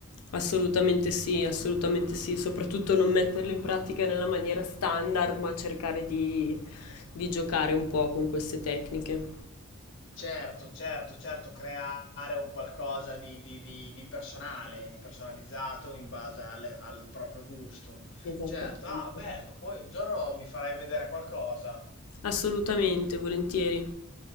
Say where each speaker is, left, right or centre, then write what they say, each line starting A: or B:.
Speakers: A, on the left; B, on the left.
A: Assolutamente sì, assolutamente sì, soprattutto non metterlo in pratica nella maniera standard, ma cercare di, di giocare un po' con queste tecniche.
B: Certo, certo, certo, creare un qualcosa di, di- di- di personale, di personalizzato in base alle- al proprio gusto.
A: Esattamente.
B: Certo, ah, bello, poi un giorno mi farai vedere qualcosa.
A: Assolutamente, volentieri.